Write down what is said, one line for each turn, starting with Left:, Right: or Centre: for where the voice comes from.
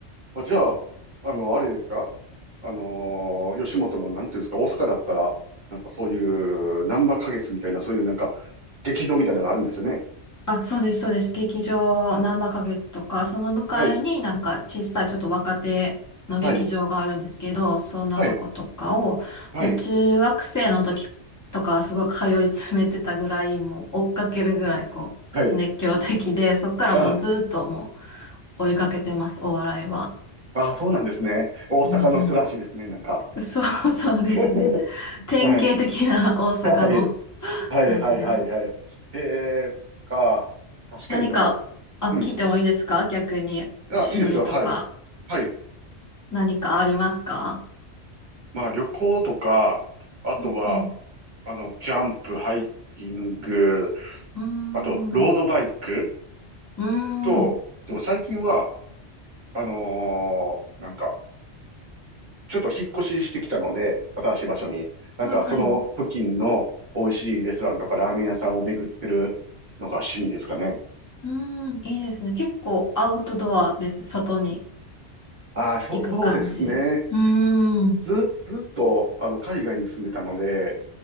Right: あ、じゃあ、あの、あれですかあのー吉本の、なんていうんですか、大阪だったら、なんかそういう、なんば花月みたいな、そういうなんか、劇場みたいなのがあるんですよね。
Left: あ、そうです、そうです。劇場、ナンバ花月とか、その向かいになんか小さいちょっと若手の劇場があるんですけど、
Right: はい、はい、
Left: そんなとことかを、
Right: はい、はい、
Left: もう中学生の時とかはすごい通い詰めてたぐらい、もう追っかけるぐらいこう、
Right: はい。
Left: 熱狂的で、そっからもうずっとも
Right: あ、
Left: う追いかけてます、お笑いは。
Right: ああ、そうなんですね。大阪の人らしいですね、
Left: うんう
Right: なんか。
Left: ん。そうそうですね。
Right: <laughs>
Left: 典型的な大阪の
Right: はい。はい。はい、
Left: 感じです。
Right: はい、はい、はい。へえ、そっか。確かにでも、
Left: 何か、あ、
Right: うん。
Left: 聞いてもいいですか逆に趣味とか
Right: あ、いいですよ。はい。はい。
Left: 何かありますか
Right: まあ、旅行とか、あとは、
Left: うんうん。
Right: あの、キャンプ、ハイキング、
Left: うーん。
Right: あと、ロードバイク
Left: うー
Right: と、
Left: ん。
Right: でも最近は、あのーなんか、ちょっと引っ越ししてきたので、新しい場所に。なんか、
Left: あ、はい。
Right: その付近の美味しいレストランとかラーメン屋さんを巡ってるのが趣味ですかね。
Left: うーん。いいですね。結構アウトドアですね。外に
Right: ああ、そう、
Left: 行く感じ。
Right: そうですね。
Left: うーん。
Right: ず、ずずっと、あの、海外に住んでたので、